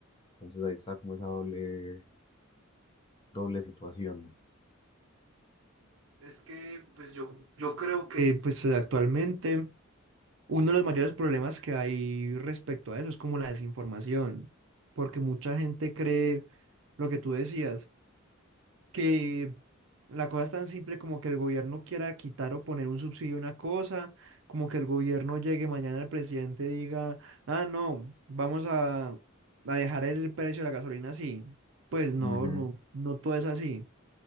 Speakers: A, on the left; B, on the right.
A: Entonces ahí está como esa doble, doble situación.
B: Es que, pues yo, yo creo que... Eh, pues eh, actualmente uno de los mayores problemas que hay respecto a eso es como la desinformación, porque mucha gente cree lo que tú decías. que la cosa es tan simple como que el gobierno quiera quitar o poner un subsidio a una cosa, como que el gobierno llegue mañana al presidente y diga, ah, no, vamos a, a dejar el precio de la gasolina así. Pues no,
A: Ujú.
B: no, no todo es así.